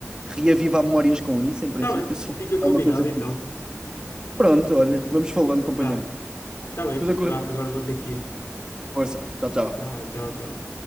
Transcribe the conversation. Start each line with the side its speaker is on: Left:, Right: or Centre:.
Right: reavivar memórias com isso, em princípio,
Left: Tá bem.
Right: se for
Left: Fica combinado
Right: alguma coisa.
Left: então.
Right: Pronto, olha, vamos falando, companheiro.
Left: Vá. Tá bem.
Right: Tudo a correr
Left: Vá,
Right: bem.
Left: agora vou ter que ir.
Right: Força. Tchau, tchau.
Left: Vá, tchau, tchau.